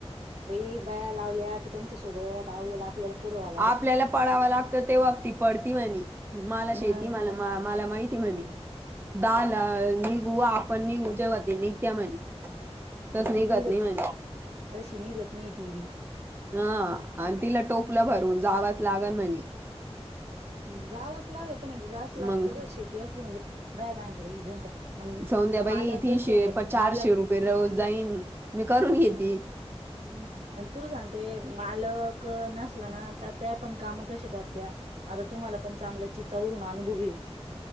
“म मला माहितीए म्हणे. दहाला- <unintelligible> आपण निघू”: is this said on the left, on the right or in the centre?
Right